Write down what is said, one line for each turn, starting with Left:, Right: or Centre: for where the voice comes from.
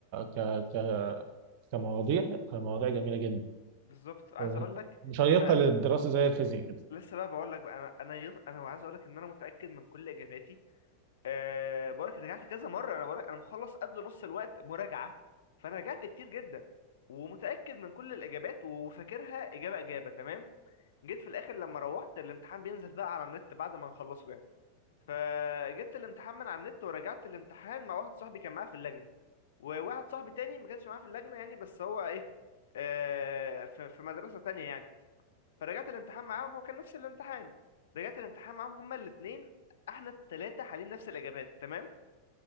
Right: ك ك كمواضيع مواضيع جميله جدا
Left: بالظبط عايز
Right: ومشيقه
Left: اقول لك انا
Right: للدراسه زي الفيزياء كده
Left: لسه بقى بقول لك بقى انا انا يص... انا عايز اقول لك ان انا متاكد من كل اجاباتي أه بقولك رجعت كذا مرة أنا بقولك أنا مخلص قبل نص الوقت مراجعة فأنا رجعت كتير جدا ومتأكد من كل الإجابات وفاكرها إجابة إجابة تمام جيت في الآخر لما روحت الامتحان بينزل بقى على النت بعد ما نخلصه يعني فجبت الامتحان من على النت ورجعت الامتحان مع واحد صاحبي كان معايا في اللجنة وواحد صاحبي تاني ما كانش معايا في اللجنة يعني بس هو إيه أه في في مدرسة تانية يعني فرجعت الامتحان معاهم هو كان نفس الامتحان رجعت الامتحان معاهم هما الاتنين احنا التلاتة حالين نفس الإجابات تمام